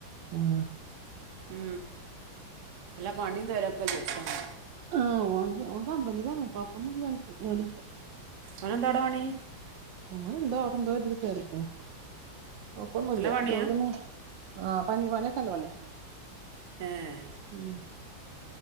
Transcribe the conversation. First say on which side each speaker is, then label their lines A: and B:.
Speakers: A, on the right; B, on the right.
A: ഉം
B: ഉം പ്പ പണി തരൊക്കെ ചോയ്ചറിം
A: ആഹ് ഓന്ക് ഓൻ കമ്പനിയില നിക്ക്ന്ന് കൊഴപ്പന്നുല്ല ഓന്ക് ജോലിക്കെ
B: ഓനെന്താടാ അവിടെ പണി
A: ഓനൊന്തോ അവിടെ എന്തോ ഒരിതില് കേറീക്കുണു കൊഴപ്പൊന്നുല്ല
B: നല്ല പണിയാ
A: ജോലിയൊന്നും ആഹ് പ്പ ങ്ങനെ പണിയൊക്കെ നല്ല പണിയാ
B: ഏഹ്
A: ഉം